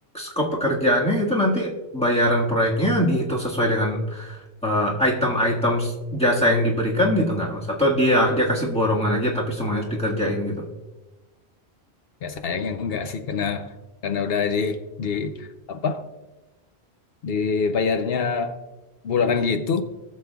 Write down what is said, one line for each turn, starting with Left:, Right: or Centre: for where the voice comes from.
Centre: skop pekerjaannya itu nanti bayaran proyeknya dihitung sesuai dengan eh, item-item jasa yang diberikan gitu nggak, Mas? Atau dia dia kasih borongan aja tapi semuanya harus dikerjain gitu.
Left: Ya sayangnya enggak sih karena karena udah di di apa dibayarnya bulanan gitu.